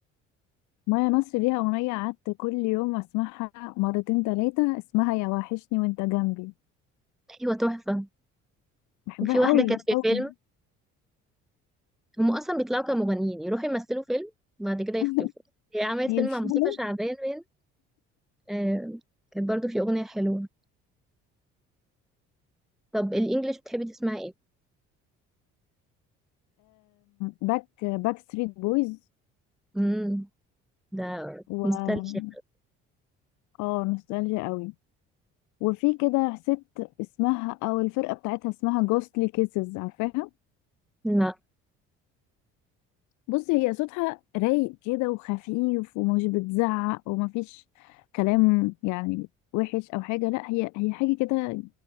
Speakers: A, on the left; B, in the centre.
A: مايا نصر ليها أغنية قعدت كل يوم أسمعها مرتين تلاتة اسمها يا وحشني وانت جنبي
B: ايوه تحفة
A: بحبها
B: وفي واحدة
A: قوي
B: كانت في
A: قوي
B: فيلم هم اصلا بيطلعوا كمغنيين يروحوا يمثلوا فيلم بعد كده يختفوا
A: <laughs>
B: هي عملت
A: يفشلوا
B: فيلم مع مصطفى شعبان وين آه كانت برضو في اغنية حلوة طب الانجليش بتحبي تسمعي ايه؟
A: باك باك ستريت بويز
B: امم ده
A: و
B: نوستالجيا
A: اه نوستالجيا قوي وفي كده ست اسمها او الفرقة بتاعتها اسمها جوستلي كيسز عارفاها
B: لا
A: بص هي صوتها رايق كده وخفيف ومش بتزعق ومفيش كلام يعني وحش او حاجه لا هي هي حاجه كده